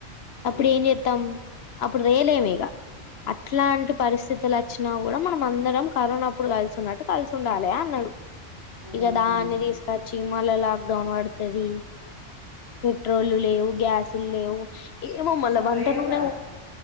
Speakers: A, on the right; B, on the left.
A: ఆ
B: అప్పుడ ఏం చెత్తమ్ అప్పుడు తెలేము ఇక అట్లాంటి పరిస్థితులు వచ్చినా కూడా మనం అందరం కరోనాప్పుడు కలిసి ఉన్నట్టు కలిసి ఉండాలి అన్నాడు
A: ఆహా
B: ఇక దాన్ని తీసుకొచ్చి మళ్ళ లా డౌన్ పడుతది పెట్రోల్ లేవు గ్యాసులు లేవు ఏమో మళ్ల
A: మరి
B: వంట
A: లేవుగా
B: నూనె